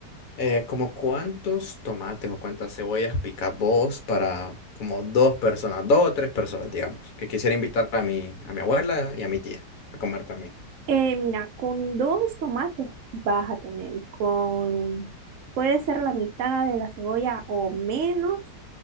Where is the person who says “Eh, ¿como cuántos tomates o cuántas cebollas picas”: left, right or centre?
Left